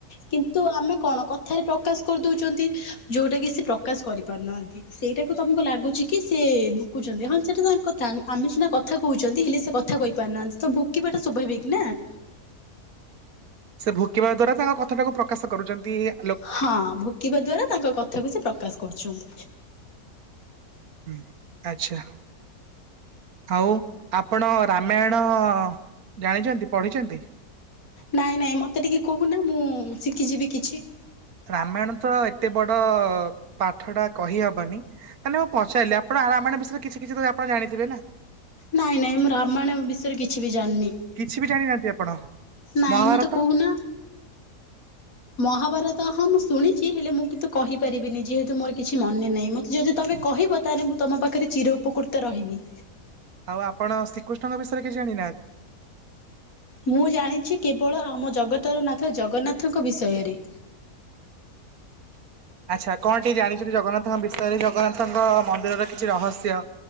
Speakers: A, on the left; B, on the right.
A: କିନ୍ତୁ ଆମେ କଣ କଥାରେ ପ୍ରକାଶ କରିଦଉଚନ୍ତି ଯଉଟା କି ସେ ପ୍ରକାଶ କରିପାରୁନାହାନ୍ତି। ସେଇଟାକୁ ତମକୁ ଲାଗୁଛି କି ସେ ଭୁକୁଛନ୍ତି ହଁ ସେଇଟା ତାଙ୍କ କଥା ଆମେ ସିନା କ କଥା କହୁଛନ୍ତି ହେଲେ ସେ କଥା କହି ପାରୁନାହାଁନ୍ତି ତ ଭୁକିବାଟା ସ୍ୱଭାବିକ ନା।
B: ସେ ଭୁକିବା ଦ୍ଵାରା ତାଙ୍କ କଥାଟାକୁ ପ୍ରକାଶ କରୁଚନ୍ତି ଏଇଆ।
A: ହଁ ଭୁକିବା ଦ୍ଵାରା ତାଙ୍କ କଥାକୁ ସେ ପ୍ରକାଶ କରୁଚନ୍ତି।
B: ହୁଁ ଆଚ୍ଛା। ଆଉ ଆପଣ ରାମାୟଣ ଜାଣିଛନ୍ତି ପଢିଛନ୍ତି?
A: ନାଇଁ ନାଇଁ ମୋତେ ଟିକେ କହୁନା ମୁଁ ଶିଖିଯିବି କିଛି।
B: ରାମାୟଣ ତ ଏତେ ବଡ ପାଠ ଟା କହିହବନି। ମାନେ ମୁଁ ପଚାରିଲି ଆପଣ ରାମାୟଣ ବିଷୟରେ କିଛି କିଛି ତ ଆପଣ ଜାଣିଥିବେ ନା?
A: ନାଇଁ ନାଇଁ ମୁଁ ରାମାୟଣ ବିଷୟରେ କିଛି ବି ଜାଣିନି।
B: କିଛି ବି ଜାଣିନାହାନ୍ତି ଆପଣ
A: ନାଇଁ
B: ମହାଭାରତ
A: ମତେ କହୁନା? ମହାଭାରତ ହଁ ମୁଁ ଶୁଣିଛି ହେଲେ ମୁଁ କିନ୍ତୁ କହିପାରିବିନି ଯେହେତୁ ମୋର କିଛି ମନେ ନାହିଁ ମ ତେ ଯଦି ତମେ କହିବ ତାହେଲେ ମୁଁ ତମ ପାଖରେ ଚିର ଉପକୃତ ରହିବି।
B: ଆଉ ଆପଣ ଶ୍ରୀକୃଷ୍ଣଙ୍କ ବିଷୟରେ କିଛି ଜାଣି ନାହାଁନ୍ତି?
A: ମୁଁ ଜାଣିଛି କେବଳ ଆମ ଜଗତର ନାଥ ଜଗନ୍ନାଥଙ୍କ ବିଷୟରେ।
B: ଆଚ୍ଛା କଣ ଟିକେ ଜାଣିଛନ୍ତି ଜଗନ୍ନାଥଙ୍କ ବିଷୟରେ ଜଗନ୍ନାଥଙ୍କ ମନ୍ଦିରର କିଛି ରହସ୍ୟ।